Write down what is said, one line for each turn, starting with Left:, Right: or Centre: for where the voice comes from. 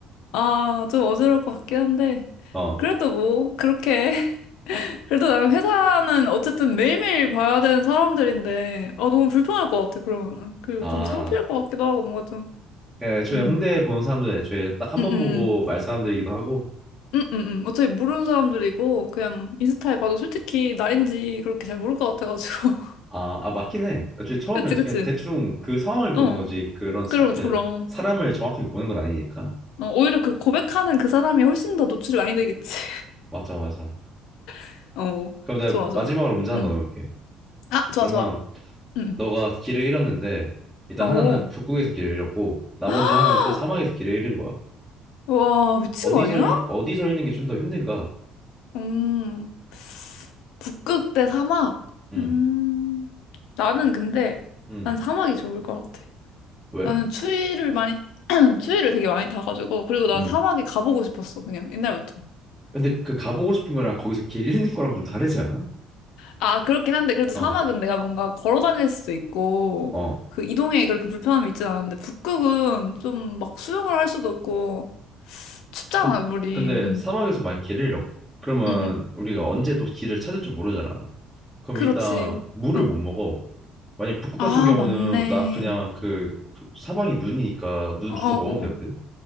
Left: 아, 아, 좀 어지러울 것 같긴 한데.
Centre: 어.
Left: 그래도 뭐, 그렇게. <laughs> 그래도 나는 회사는 어쨌든 매일매일 봐야 되는 사람들인데, 아, 너무 불편할 것 같아, 그러면은. 그리고
Centre: 아.
Left: 좀 창피할 것 같기도 하고, 뭔가 좀.
Centre: 그러니까 애초에
Left: 음,
Centre: 홍대 보는 사람들 애초에 딱 한
Left: 음,
Centre: 번
Left: 음. 음.
Centre: 보고 말 사람들이기도 하고
Left: 음, 음, 음. 어차피 모르는 사람들이고, 그냥 인스타에 봐도 솔직히 나인지 그렇게 잘 모를 것 같아가지고. <laughs>
Centre: 아, 아 맞긴 해. 애초에 처음에
Left: 그치, 그치.
Centre: 그냥 대충 그 상황을 보는
Left: 어.
Centre: 거지. 그런 사,
Left: 그럼,
Centre: 그
Left: 그럼.
Centre: 사람을 정확하게 보는 건 아니니까.
Left: 어, 오히려 그 고백하는 그 사람이 훨씬 더 노출이 많이 되겠지.
Centre: 맞아, 맞아.
Left: <laughs> 어.
Centre: 그럼 내가
Left: 좋아, 좋아.
Centre: 마지막으로 문제 하나
Left: 응.
Centre: 더 넣을게.
Left: 아, 좋아,
Centre: 그러면
Left: 좋아. 응.
Centre: 너가 길을 잃었는데 일단
Left: 응. 오.
Centre: 하나는 북극에서 길을 잃었고 나머지
Left: <gasps>
Centre: 하나는 또 사막에서 길을 잃은 거야.
Left: 와, 미친
Centre: 어디서
Left: 거 아니야?
Centre: 잃- 어디서 잃는 게 좀 더 힘든가?
Left: 음. 북극 대 사막.
Centre: 응
Left: 음. 나는 근데,
Centre: 응
Left: 난 사막이 좋을 것 같아.
Centre: 왜?
Left: 나는 추위를 많이, <clears throat> 추위를 되게 많이 타가지고, 그리고 난
Centre: 응
Left: 사막에 가보고 싶었어, 그냥, 옛날부터.
Centre: 근데 그 가보고 싶은 거랑 거기서 길 잃는 거랑 좀 다르지 않아?
Left: 아, 그렇긴 한데, 그래도
Centre: 어,
Left: 사막은 내가 뭔가 걸어 다닐 수도 있고,
Centre: 어.
Left: 그 이동에 그렇게 불편함이 있진 않은데, 북극은 좀 막 수영을 할 수도 없고, 춥잖아,
Centre: 근-
Left: 물이.
Centre: 근데
Left: 응,
Centre: 사막에서 만약 길을 잃어. 그러면
Left: 응, 응.
Centre: 우리가 언제 또 길을 찾을 줄 모르잖아. 그럼
Left: 그렇지.
Centre: 일단 물을
Left: 응.
Centre: 못 먹어. 만약 북극
Left: 아,
Centre: 같은 경우는
Left: 맞네.
Centre: 나 그냥 그, 그 사방이 눈이니까 눈
Left: 어,
Centre: 주워
Left: 어,
Centre: 먹으면 되거든.